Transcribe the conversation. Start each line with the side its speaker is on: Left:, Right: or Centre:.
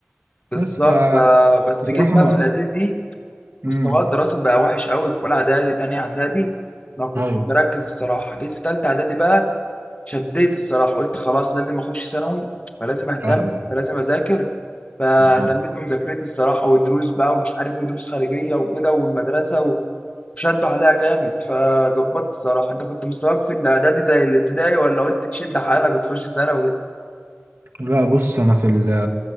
Left: بالظبط
Right: بس ف
Left: ب- بس
Right: بصراحه
Left: جيت بقى
Right: ما
Left: في الاعدادي دي
Right: امم
Left: مستواي الدراسي بقى وحش قوي في اولى اعدادي تانية اعدادي ما كنتش
Right: ايوه
Left: مركز الصراحه جيت في تالتة اعدادي بقى شديت الصراحه قلت خلاص لازم اخش ثانوي فلازم اهتم
Right: ايوه
Left: فلازم اذاكر فاهتميت
Right: بالظبط
Left: بمذاكرتي الصراحه ودروس بقى ومش عارف ودروس خارجيه وكده والمدرسه وشدوا عليها جامد فظبطت الصراحه انت كنت مستواك في الاعدادي زي الابتدائي ولا قلت تشد حالك وتخش ثانوي
Right: لا بص انا في ال